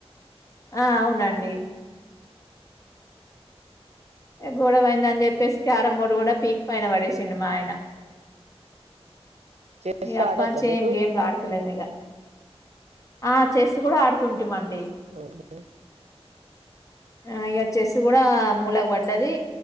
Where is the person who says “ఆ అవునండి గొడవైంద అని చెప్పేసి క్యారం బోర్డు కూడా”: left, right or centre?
Left